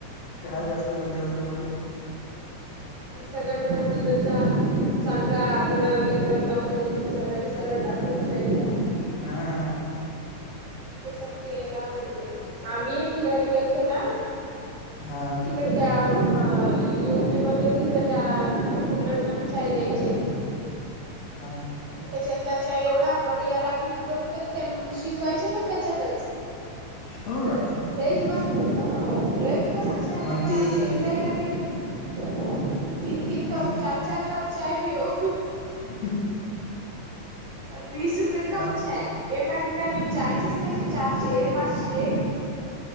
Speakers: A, on the left; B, on the right.
A: चहा जास्त पिला जातो म्हणून.
B: मस्त गटवट दुधाचा चांगला आद्रक बिद्रक. टाकून मसाला बिसाला टाकून पीयचा.
A: हम.
B: तस प यायला आवडते आम्ही फिरायला गेलतो ना.
A: हा.
B: तिकडे त्या म युपी मध्ये तिकड त्या कुलड मध्ये चाय द्यायचे.
A: हा.
B: त्याच्यातला चाय एवढा बढिया लागील कुठं-कुठं ते म शिजवायचे पण तेच्यातच
A: हो का
B: लईच मस्त, हो लईच मस्त चायलागे
A: मग
B: आम्ही
A: ते
B: एका
A: ते
B: एका का ठीक आहे. तीन-तीन कप
A: मग
B: चार-चार कप चाय पिओ
A: <unintelligible>
B: आल वीस रुपये कप
A: मग
B: चाय एका ठिकाणी चायचेच पाहिजे चारशे, पाचशे